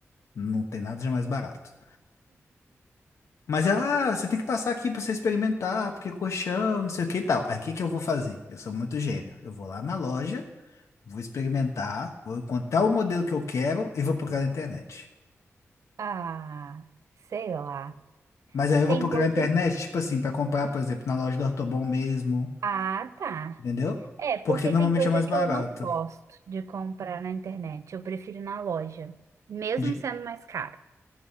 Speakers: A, on the left; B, on the right.
A: Não tem nada de mais barato. Mas ela, ah, você tem que passar aqui pra você experimentar, porque é colchão, não sei o que e tal. Aí o que que eu vou fazer? Eu sou muito gênio. Eu vou lá na loja, vou experimentar, vou encontrar o modelo que eu quero e vou procurar na internet.
B: Ah, sei lá.
A: Mas aí eu
B: Tem
A: vou procurar
B: coisa.
A: na internet, tipo assim, pra comprar, por exemplo, na loja do Ortobon mesmo,
B: Ah, tá.
A: entendeu?
B: É, porque
A: Porque normalmente
B: tem coisa
A: é mais barato.
B: que eu não gosto de comprar na internet. Eu prefiro ir na loja, mesmo
A: De-
B: sendo mais caro.